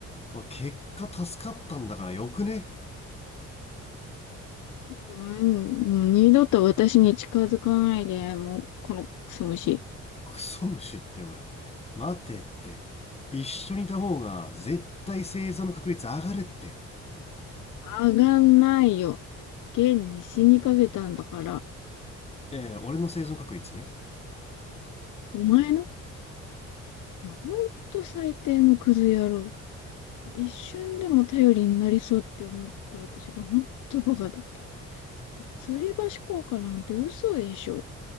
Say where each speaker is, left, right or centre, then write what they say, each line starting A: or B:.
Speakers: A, on the left; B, on the left.
A: まあ、結果助かったんだからよくね
B: うん、もう二度と私に近づかないで、もう、このクソ虫。
A: クソ虫っておい待てって一緒にいた方が絶対生存の確率上がるって
B: 上がんないよ。現に死にかけたんだから。
A: ええ俺の生存確率ね
B: お前のいや、ほんと最低のクズ野郎。一瞬でも頼りになりそうって思った私が本当バカだった。吊り橋効果なんて嘘でしょ。